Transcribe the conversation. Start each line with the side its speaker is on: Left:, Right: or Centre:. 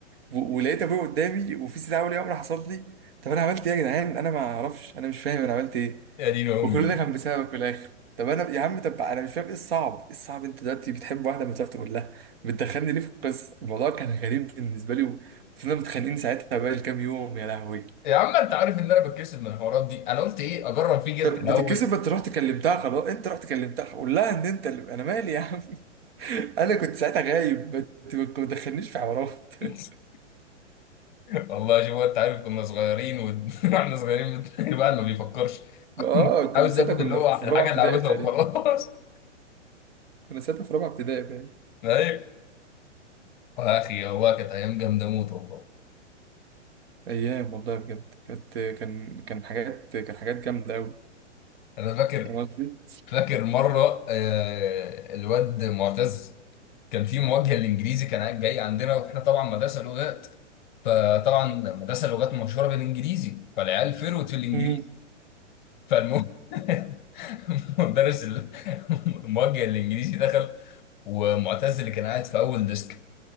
Right: و... ولقيت ابويا قدامي وفي استدعاء ولي امر حصل لي طب انا عملت ايه يا جدعان انا ما اعرفش انا مش فاهم انا عملت ايه
Left: يا دين امي
Right: وكل ده كان بسببك في الاخر طب انا يا عم طب انا مش فاهم ايه الصعب إيه الصعب انت دلوقتي بتحب واحده مش عارف تقول لها بتدخلني ليه في القصه الموضوع كان غريب بالنسبه لي وكنا متخانقين ساعتها بقى كام يوم يا لهوي
Left: يا عم انت عارف ان انا بتكسف من الحوارات دي انا قلت ايه اجرب فيه
Right: طب
Left: جبت الاول
Right: بتتكسف انت رحت كلمتها خلاص انت رحت كلمتها قول لها ان انت اللي... انا مالي يا عم <laughs> انا كنت ساعتها غايب ما ت- ما تدخلنيش في حوارات <laughs>
Left: <laughs> والله شوف انت عارف كنا صغيرين واحنا <laughs> صغيرين بت- الواحد ما بيفكرش
Right: اه كنا
Left: عاوز
Right: ساعتها
Left: ياخد
Right: كنا
Left: اللي هو
Right: في
Left: الحاجه
Right: رابعه ابتدائي
Left: اللي عاوزها
Right: تقريبا
Left: وخلاص
Right: كنا ساعتها في رابعه ابتدائي بقى
Left: <laughs> ايوه يا اخي والله كانت ايام جامده موت والله
Right: ايام والله بجد كانت كان كان حاجات كان حاجات جامده قوي
Left: انا فاكر
Right: فاهم قصدي؟
Left: فاكر مرة آه، الواد معتز كان في مواجهة الإنجليزي كان قاعد جاي عندنا وإحنا طبعا مدرسة لغات فطبعا مدرسة لغات مشهورة بالإنجليزي فالعيال فروت في الإنجليزي
Right: امم
Left: فالمهم <laughs> مدرس ال- الموجه الإنجليزي دخل ومعتز اللي كان قاعد في أول ديسك